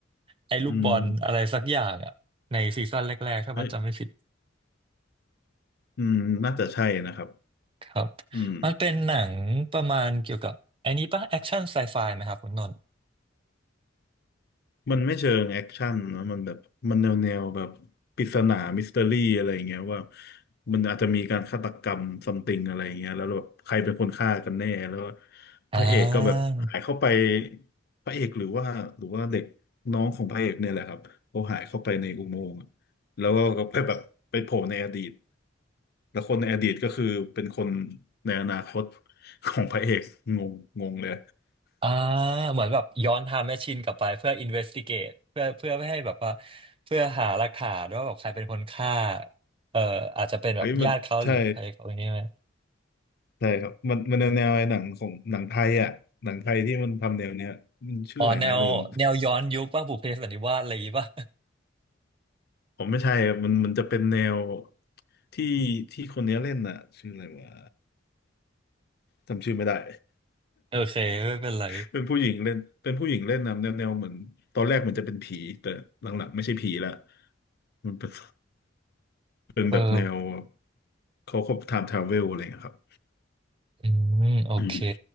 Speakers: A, on the right; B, on the left.
A: ไอ้ลูกบอลอะไรสักอย่างอ่ะในซีซั่นแรกๆถ้าบัตจำไม่ผิด
B: อืมเอ้ยอืมน่าจะใช่นะครับ
A: ครับ
B: อืม
A: มันเป็นหนังประมาณเกี่ยวกับไอ้นี้ป่ะแอคชั่นไซไฟไหมครับคุณนนท์
B: มันไม่เชิงแอคชั่นนะมันแบบมันแนวแนวแบบปริศนามิสเตอรี่อะไรอย่างเงี้ยว่ามันอาจจะมีการฆาตกรรมซัมติงอะไรอย่างเงี้ยแล้วแบบใครเป็นคนฆ่ากันแน่แล้ว
A: อ่า
B: พระเอกก็แบบหายเข้าไปพระเอกหรือว่าหรือว่าเด็กน้องของพระเอกเนี่ยแหละครับเขาหายเข้าไปในอุโมงค์อะแล้วก็ไปแบบไปโผล่ในอดีตแล้วคนในอดีตก็คือเป็นคนในอนาคตของพระเอกงงงงเลย
A: อ่าเหมือนแบบย้อนไทม์แมชชีนกลับไปเพื่ออินเวสติเกตเพื่อเพื่อไม่ให้แบบว่าเพื่อหาหลักฐานว่าแบบใครเป็นคนฆ่าเอ่ออาจจะเป็นแบบญาติเขาหรือใครเขาอย่างนี้ไหม
B: เฮ้ยมันใช่ ใช่ครับมันมันแนวไอ้หนังของหนังไทยอ่ะหนังไทยที่มันทำแนวเนี้ยมันชื่ออะไรนะลืม
A: อ๋อแนวแนวย้อนยุคป่ะบุพเพสันนิวาสอะไรอย่างงี้ป่ะ
B: ผมไม่ใช่อะมันมันจะเป็นแนวที่ที่คนเนี้ยเล่นอ่ะชื่ออะไรวะจำชื่อไม่ได้
A: <laughs> โอเคไม่เป็นไร
B: <laughs> เป็นผู้หญิงเล่นเป็นผู้หญิงเล่นนะแนวแนวเหมือนตอนแรกมันจะเป็นผีแต่หลังๆไม่ใช่ผีละมันเป็น <laughs> เป็นแบบแนว
A: เออ
B: เขาเขาไทำทราเวลอะไรเงี้ยครับ
A: อืมโอเค
B: <coughs> อืม